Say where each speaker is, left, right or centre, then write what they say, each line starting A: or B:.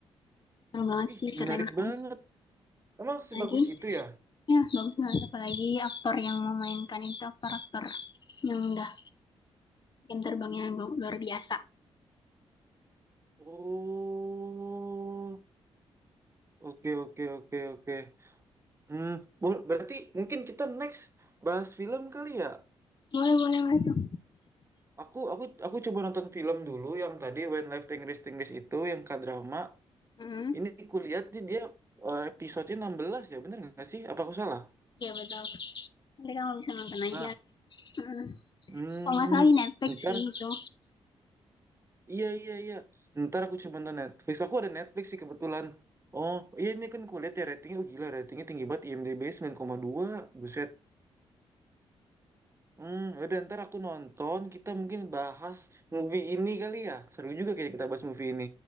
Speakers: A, on the left (about 40°); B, on the right (about 25°).
A: Seru banget
B: ih
A: sih, keren-keren.
B: menarik banget. Emang sebagus
A: Lagi,
B: itu ya?
A: ya bagus banget. Apalagi aktor yang memainkan itu aktor-aktor yang udah jam terbangnya lu- luar biasa.
B: Oh, oke oke oke oke. Hmm, bo- berarti mungkin kita next bahas film kali ya?
A: Boleh, boleh, boleh tuh.
B: Aku aku aku coba nonton film dulu yang tadi When Life Tingris Tingris itu yang K-drama.
A: Mm-mm.
B: Ini kulihat nih dia eh, episode-nya 16 ya, bener nggak sih? Apa aku salah?
A: Iya, betul. Nanti kamu bisa nonton aja.
B: Nah,
A: Mm.
B: hmm,
A: Kalau nggak salah di Netflix
B: ntar
A: sih itu.
B: iya iya iya. Ntar aku coba nonton Netflix. Aku ada Netflix sih kebetulan. Oh, iya ini kan kulihat ya ratingnya oh, gila, ratingnya tinggi banget IMDb sembilan koma dua Buset. Hmm, udah ntar aku nonton, kita mungkin bahas movie ini kali ya. Seru juga kayaknya kita bahas movie ini.